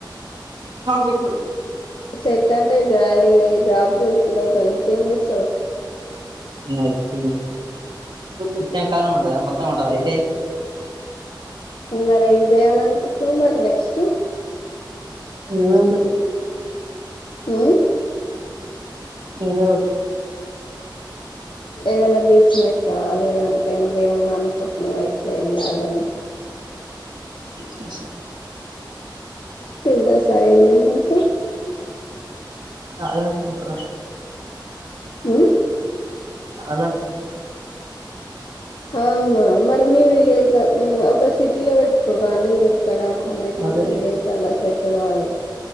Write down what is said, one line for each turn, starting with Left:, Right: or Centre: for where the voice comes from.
Right: వ
Left: సెట్ అంటే జా జాబ్ చేస్తున్నావ్ కదా ఇంకేం చేస్తావ్
Right: అ <unintelligible> ఎండకాలం ఉంటాదా మొత్తం ఉంటాదా ఇదే.
Left: మరి ఏం చేయాలి అనుకుంటున్నాం మరి నెక్స్ట్. టు.
Right: ఏదో ఒకటి.
Left: ఉమ్
Right: ఏదో ఒకటి.
Left: ఏదన్నా బిజినెసా లేదంటే నువ్వేమన్నా అనుకుంటున్నావా ఇట్లా వెళ్ళాలని.
Right: బిజినెస్.
Left: బిజినెస్ ఆ ఏం బిజినెస్.
Right: ఆధార్ సెంటర్
Left: ఉమ్.
Right: ఆధార్ సెంటర్
Left: అవున మరి మీ విలేజ్ లో ఒక సిటీ లో పెట్టుకో గాని. ఇక్కడ పల్లెటూర్లు
Right: అదే
Left: విలేజ్ లా అలా సెట్. అటు కాదు.